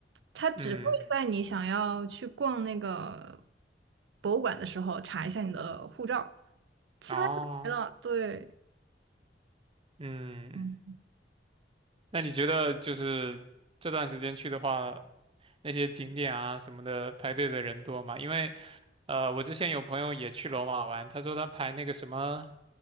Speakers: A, on the right; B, on the right.
A: 它只会在你想要去逛那个
B: 嗯，
A: 博物馆的时候查一下你的护照，其他就没了。
B: 哦，
A: 对，
B: 嗯，
A: 嗯，
B: 那你觉得就是这段时间去的话，
A: 是
B: 那些景点啊什么的排队的人多吗？因为呃，我之前有朋友也去罗马玩，他说他排那个什么。